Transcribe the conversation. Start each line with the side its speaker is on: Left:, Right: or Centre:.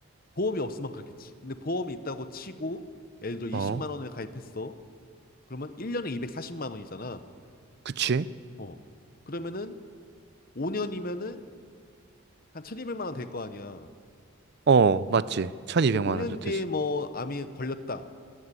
Left: 보험이 없으면 그렇겠지. 근데 보험이 있다고 치고 예를 들어 20만
Right: 어?
Left: 원을 가입했어. 그러면 1년에 240만 원이잖아.
Right: 그치?
Left: 어. 그러면은 5년이면은 한 1200만 원 될 거 아니야.
Right: 어, 맞지.
Left: 그치.
Right: 1200만
Left: 근데 5년
Right: 원저대지
Left: 뒤에 뭐 암이 걸렸다